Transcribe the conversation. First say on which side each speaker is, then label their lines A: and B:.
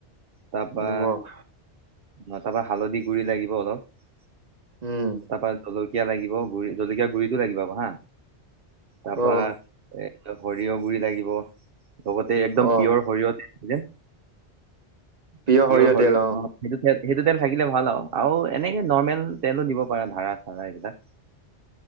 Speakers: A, on the right (about 55°); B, on the right (about 35°).
A: তাপা।
B: নিমখ
A: ন তাৰ পৰা হালধি গুৰি লাগিব অলপ,
B: উম
A: তা পা জলক। কীয়া লাগিব গুৰি জলকীয়া গুৰিটো লাগিব আকৌ হা তাপা
B: অ
A: এ। সৰিয়হ গুৰি লাগিব লগতে একদম
B: অ
A: পিয়ৰ সৰিয়হ থে যে।
B: প্ৰিয় সৰিয়হ
A: পিয়ৰ শৰীৰ
B: তেল
A: অ সেইটো তেল। সেইটো তেল থাকিলে ভাল আৰু আৰু এনেকে নৰ্মেল তেলো দিব পাৰা ধাৰ়া চাৰা এইবিলাক। <inaudible>